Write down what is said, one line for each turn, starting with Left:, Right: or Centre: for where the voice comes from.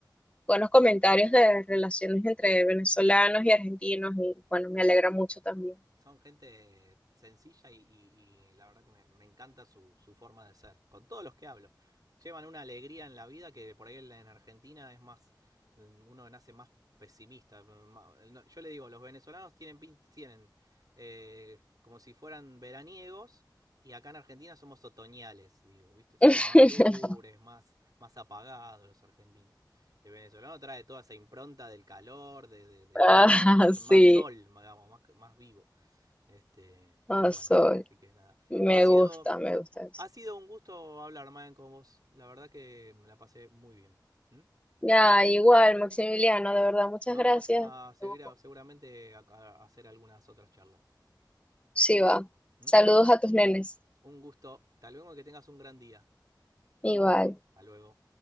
Left: buenos comentarios de relaciones entre venezolanos y argentinos y bueno, me alegra mucho también.
Right: Son gente sencilla y, y- y la verdad que me, me encanta su, su forma de ser. Con todos los que hablo. Llevan una alegría en la vida que por ahí en Argentina es más, mm, uno nace más pesimista. no, Yo le digo, los venezolanos tienen, tienen eh, como si fueran veraniegos y acá en Argentina somos otoñales, digo, ¿viste? Somos
Left: <laughs>
Right: más lures, más, más apagados los argentinos. El venezolano trae toda esa impronta del calor, de, de- de-
Left: Ah,
Right: de más, más,
Left: sí,
Right: más sol, digamos, más, más vivo. Este,
Left: Ah,
Right: pero bueno,
Left: soy.
Right: así que nada.
Left: Me
Right: Ha sido,
Left: gusta, me gusta eso.
Right: ha sido un gusto hablar, Maen, con vos. La verdad que me la pasé muy bien. ¿Mm?
Left: Ya, igual, Maximiliano, de verdad, muchas
Right: Vamos
Left: gracias.
Right: a seguir
Left: Estuvo cool.
Right: a- seguramente a, a hacer algunas otras charlas.
Left: Sí, va.
Right: ¿Mm?
Left: Saludos a tus nenes.
Right: Un gusto. Hasta luego, que tengas un gran día.
Left: Igual.
Right: Hasta luego.